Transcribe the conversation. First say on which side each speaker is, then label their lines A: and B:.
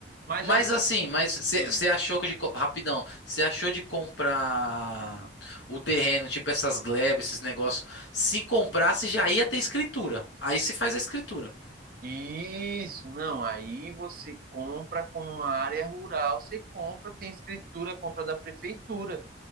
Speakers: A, on the right; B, on the left.
A: Mas
B: Mas
A: assim,
B: assim, mas você
A: Anne,
B: achou que de co- rapidão, você achou de comprar o terreno, tipo essas glebas, esses negócios. Se comprasse já ia ter escritura. Aí se faz a escritura.
A: isso, não. Aí você compra como uma área rural, você compra, tem escritura, compra da prefeitura,